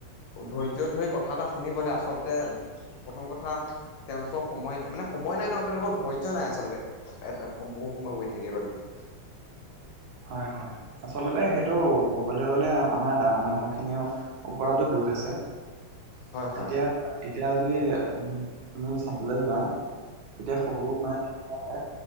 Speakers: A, on the left; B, on the right.
A: ধৈৰ্য্য ধৰি কথা এটা শুনিবলে আচলতে প্ৰথম কথা তেওঁলোকৰ সময় নাই মানে সময় নাই নহ তেওঁলোকৰ ধৈৰ্য্য নাই আচলতে এটা বহু সময় বহি থাকিবলে। <inaudible>
B: হয়ঁ হয়ঁ আচলতে সেইটো ক'বলৈ গ'লে আমাৰ ডাঙৰ মানুহ খিনিৰও ওপৰতো দুখ আছে।
A: হয় হয়
B: এতিয়া এতিয়া যদি উম তুমি চাবলৈ যোৱা এতিয়া সৰু <unintelligible>